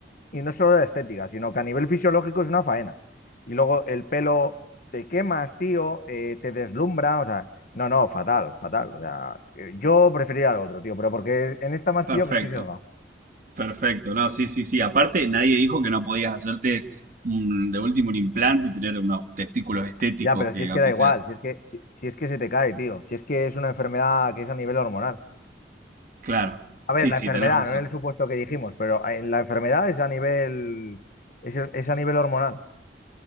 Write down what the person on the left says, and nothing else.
y no solo la estética, sino que a nivel fisiológico es una faena. Y luego el pelo te quemas, tío, eh, te deslumbra, o sea, no, no, fatal, fatal. O sea, eh, yo preferiría lo otro, tío, pero porque en esta más
pillo que estoy sesgado.
Ya, pero
si es
que da igual,
si es que, si, si es que se te cae, tío, si es que es una enfermedad que es a nivel hormonal.
A
ver, la
enfermedad,
no en el supuesto que dijimos, pero en la enfermedad es a nivel, es, es a nivel hormonal.